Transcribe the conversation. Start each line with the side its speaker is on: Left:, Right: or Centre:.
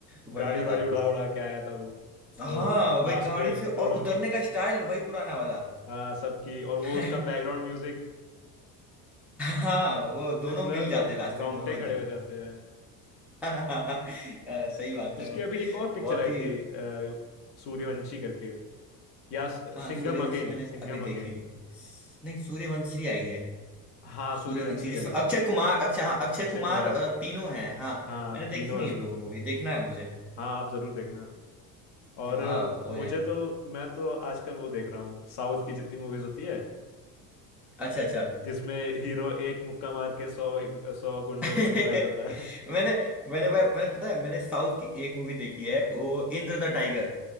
Centre: बढ़िया
Left: गाड़ी वाड़ी
Centre: था
Left: उड़ा उड़ा के आया था वो
Centre: हाँ
Left: और
Centre: वही
Left: लास्ट
Centre: गाड़ी
Left: में
Centre: से और
Left: दोनों
Centre: उतरने
Left: की
Centre: का स्टाइल वही पुराना वाला
Left: हाँ सबकी और
Centre: <laughs>
Left: वो उसका बैकग्राउंड म्यूजिक
Centre: हाँ वो
Left: इससे
Centre: दोनों
Left: पूछा
Centre: मिल जाते
Left: तो रोंगटे
Centre: लास्ट में दोनों एकदम
Left: खड़े हो जाते हैं
Centre: <laughs> हाँ, सही बात
Left: उसकी
Centre: है वो
Left: अभी एक और पिक्चर
Centre: बहुत
Left: आई
Centre: ही
Left: थी अ, सूर्यवंशी करके या
Centre: हाँ
Left: सिंघम
Centre: सूर्यवंशी
Left: अगेन
Centre: मैंने
Left: सिंघम
Centre: अभी देखी
Left: अगेन
Centre: नहीं नहीं सूर्यवंशी आई है
Left: हाँ
Centre: सूर्यवंशी
Left: सूर्यवंशी
Centre: जिसमें
Left: आई है
Centre: अक्षय कुमार अक्षय हाँ अक्षय
Left: अक्षय
Centre: कुमार
Left: कुमार
Centre: अ, तीनों हैं हाँ
Left: हाँ
Centre: मैंने देखी
Left: तीनों
Centre: नहीं
Left: है इसमें
Centre: है वो मूवी देखना है मुझे
Left: हाँ आप जरूर देखना और
Centre: हाँ वो है
Left: मुझे तो मैं तो आजकल वो देख रहा हूँ साउथ की जितनी मूवीज होती है
Centre: अच्छा अच्छा
Left: जिसमें हीरो एक मुक्का मार के सौ सौ गुंडों
Centre: <laughs> मैंने
Left: को गिरा देता है
Centre: मैंने भाई मैंने पता है मैंने साउथ की एक मूवी देखी है वो इंद्र द टाइगर